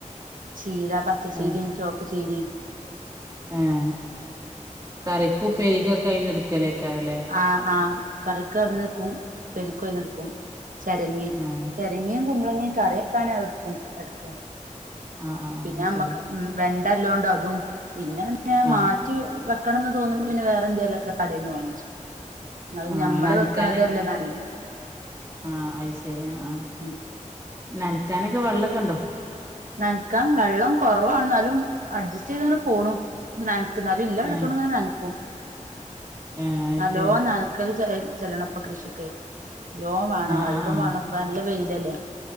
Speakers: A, on the right; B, on the right.
A: ചീര പച്ചച്ചീരിയും
B: ഏഹ്
A: ചുവപ്പ ചീരിയും
B: ഏഹ് കറിക്ക് ഉപ്പേരിക്കൊകയിന്ന് എടുക്കലേക്കാരല്ലേ
A: ആഹ് ആഹ് കറിക്ക് അയിന്ന്ടുക്കും ഉപരിക്കയന്നെടുക്കും ചരങ്ങിയ
B: ആഹ്
A: ചരങ്ങിയും കുമ്പളങ്ങയും കറിയൊക്കാണ് എടുക്കും എടക്ക
B: ആഹ് ആഹ്
A: പിന്നെ
B: ശരി
A: അമ്മക്ക് വെണ്ടല്ലോണ്ട് അതും പിന്നെ <unintelligible> മാറ്റി
B: ആഹ്
A: വെക്കണംന്ന് തോന്നുമ്പോ പിന്നെ വേറെ എന്തങ്കലുംക്കെ കടയിൽന്ന് വാങ്ങിച്ചു അത്
B: ആഹ്
A: ഞമ്മള്
B: നനക്കാന്
A: വെക്കണതല്ലേ നല്ലത്
B: ആഹ് അയ്ശരി ആഹ് ആഹ്
A: ഉം
B: നനക്കാനൊക്കെ വെള്ളക്കെ ഉണ്ടോ
A: നനക്കാൻ വെള്ളം കുറവാണ എന്നാലും അഡ്ജസ്റ്റ് ചെയ്തങ്ങനെ പോണു നനക്ക ന ഇല്ല വെള്ള.
B: ഏഹ്
A: ത്തോണ്ട് ഇങ്ങനെ നനക്കും
B: ഏഹ് അത്
A: നല്ലോ
B: ശരി
A: ന ക്കല് ചെല്ലണപ്പൊ കൃഷിക്ക് ലോം വേണം
B: ആഹ്
A: വെള്ളവും
B: ആഹ് ആഹ്
A: വേണം ഇപ്പ നല്ല വെയിലല്ലേ